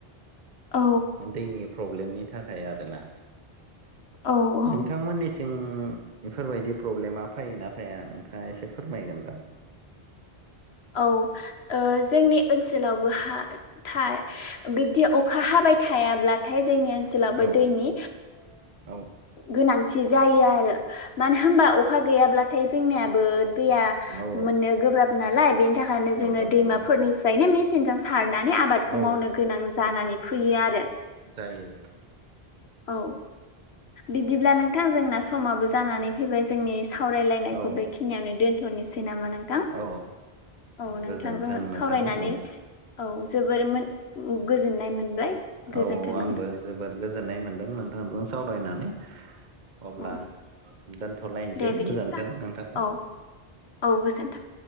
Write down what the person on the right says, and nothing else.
दैनि प्रब्लेमनि थाखाय आरोना
नोंथांमोननिसो थिं बेफोरबायदि प्रब्लेमा फैयोना फैया नोंथाङा एसे फोरमायगोनदा?
औ
औ
औ
गोब्राब
औ
औ
जायो
औ
औ
औ
गोजोन्थों
नोंथां
नोंथां
औ आंबो
जोबोद गोजोननाय मोनदों नोंथांजों सावरायनानै अब्ला
दोनथ'लायनोसै
गोजोन्थों नोंथां।